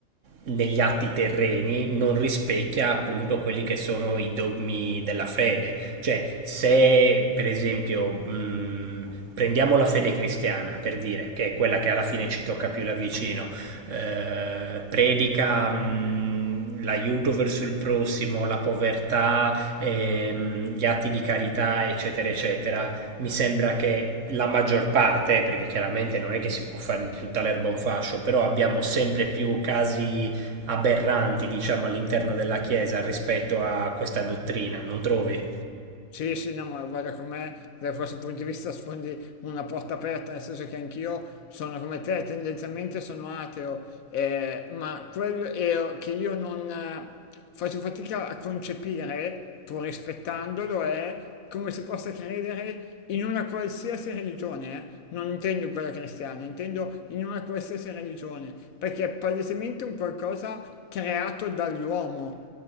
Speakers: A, on the right (about 65°); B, on the left (about 75°).
A: negli atti terreni non rispecchia appunto quelli che sono i dogmi della fede. Cioè, se per esempio mh, prendiamo la fede cristiana, per dire, che è quella che alla fine ci tocca più da vicino, eh, predica mh, l'aiuto verso il prossimo, la povertà, ehm, gli atti di carità, eccetera, eccetera, mi sembra che la maggior parte, perché chiaramente non è che si può fare di tutta l'erba un fascio, però abbiamo sempre più casi aberranti, diciamo, all'interno della Chiesa rispetto a questa dottrina, non trovi?
B: Sì, sì, no, ma guarda com'è, da questo punto di vista sfondi una porta aperta, nel senso che anch'io sono come te, tendenzialmente sono ateo, eh, ma quello è che io non eh, faccio fatica a concepire, pur rispettandolo, è come si possa credere in una qualsiasi religione, eh. Non intendo quella cristiana, intendo in una qualsiasi religione, perché è palesemente un qualcosa creato dall'uomo.